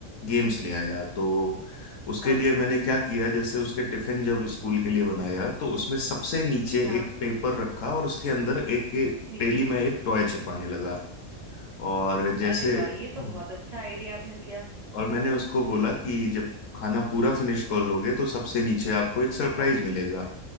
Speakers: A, on the left; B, on the right.
A: गेम्स ले आया तो उसके
B: हाँ
A: लिए मैंने
B: जी
A: क्या किया जैसे उसके टिफिन जब स्कूल के लिए बनाया तो उसमें सबसे नीचे
B: हाँ
A: एक पेपर रखा और उसके अंदर एक
B: जी
A: थैली में एक टॉय छिपाने लगा और जैसे
B: अरे वाह ये तो
A: हम्म।
B: बहुत अच्छा आइडिया आपने दिया
A: और मैंने उसको बोला कि जब खाना पूरा फिनिश कर लोगे तो सबसे नीचे आपको एक सरप्राइज
B: हाँ
A: मिलेगा